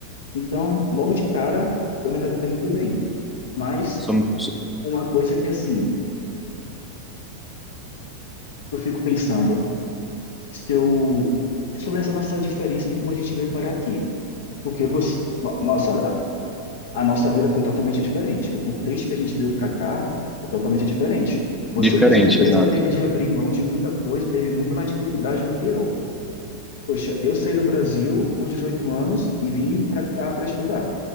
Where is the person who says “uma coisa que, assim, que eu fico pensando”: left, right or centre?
Left